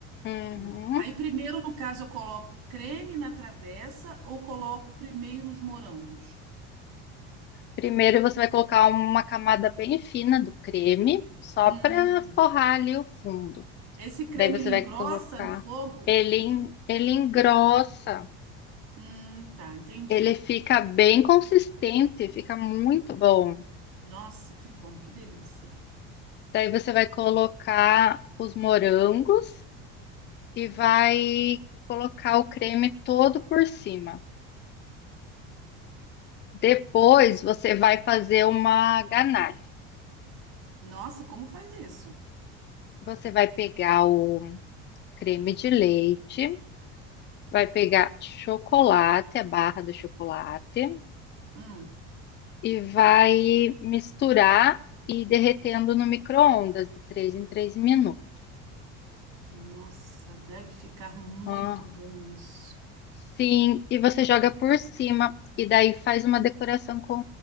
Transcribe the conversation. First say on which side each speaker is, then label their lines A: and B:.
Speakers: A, on the left; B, on the right.
A: Uhum.
B: Hum. Aí primeiro, no caso, eu coloco creme na travessa ou coloco primeiro os morangos?
A: Primeiro você vai colocar uma camada bem fina do creme, só
B: Hum,
A: para forrar ali o fundo.
B: esse creme
A: Daí você
B: ele engrossa
A: vai colocar.
B: no fogo?
A: Ele,
B: Eu
A: en-
B: te...
A: ele engrossa,
B: Hum, tá, entendi.
A: ele fica bem consistente, fica muito bom.
B: Nossa, que bom, que delícia.
A: Daí você vai colocar os morangos e vai colocar o creme todo por cima. Depois você vai fazer uma ganache.
B: Nossa, como faz isso?
A: Você vai pegar o creme de leite. vai pegar chocolate, a barra do chocolate,
B: Hum,
A: e vai misturar e ir derretendo no micro-ondas de 3 em 3 minutos.
B: nossa, deve ficar muito
A: Ah,
B: bom isso.
A: sim, e você joga por cima, e daí faz uma decoração com